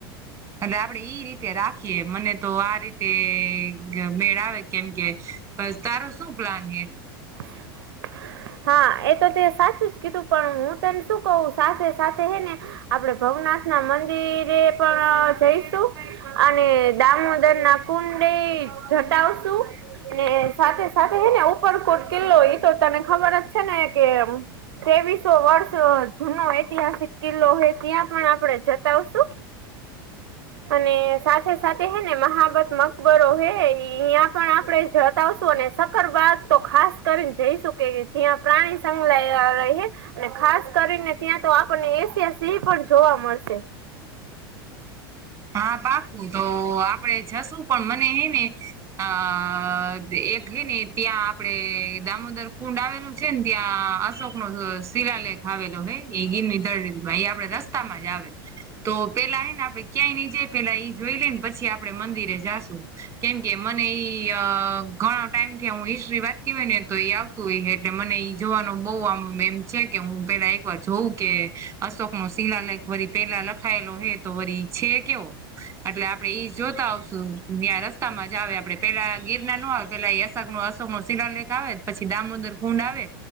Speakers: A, on the right (about 25°); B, on the right (about 85°).
A: એટલે આપડે ઈ રીતે રાખી ખીએ, મને તો આ રીતે ગ મેળ આવે કેમ કે બસ, તારો શું પ્લાન હે?
B: <inaudible> હા એ તો તે સાચું જ કીધું પણ હું તને શું કઉ સાથે સાથે હે ને આપણે ભવનાથના મંદિરે પણ જઈશું અને દામોદરના કુંડે જતા આવશું ને સાથે સાથે હે ને ઉપરકોટ કિલ્લો ઈ તો તને ખબર જ છે ને કે ત્રેવીસો વર્ષ જૂનો ઐતિહાસિક કિલ્લો હે ત્યાં પણ આપણે જતા આવશું.
A: <unintelligible>
B: અને સાથે સાથે હે ને મહાબત મકબરો હે અહિયાં પણ આપડે જતાવશું અને સકર બાદ તો ખાસ કરીને જઈશું. કે જ્યાં પ્રાણી સંંગલાહ રહી હે. અને ખાસ કરીને ત્યાં તો આપણને એશિયા સિંહ પણ જોવા મળશે.
A: હા પાપું તો આપડે જશું પણ મને હે ને અ એક હે ને ત્યાં આપડે દામોદર કુંડ આવેલું છે ને ત્યાં અશોક નો શિલાલેખ આવેલો હોય એ ગીરળ એ આપડે દસ તા માંજ આવે તો પેલા એને આપણે ક્યાય ની જય પેલા ઈ જોઈ લે ને પછી આપડે મંદિરે જાશું કેમ કે મને ઈ અ ઘણા ટાઈમ થી હું હિસ્ટ્રી વાતી હોય ને તો એ આવ એટલે મને ઈ જોવાનું બહ આમ એમ છે કે હું પેલા એક વાર જોઉં કે અશોક નો શિલા લાયક વરી પહેલા લખાયેલો હે તો વરી છે કેવો એટલે આપડે ઈ જોતા આવશું ત્યાં રસ્તામાં જ આવે આપડે પેલા ગીરનાર નો આવે પેલા અશક નો અશોકો શિલાલેક આવેન પછી દામોદર કુંડ આવે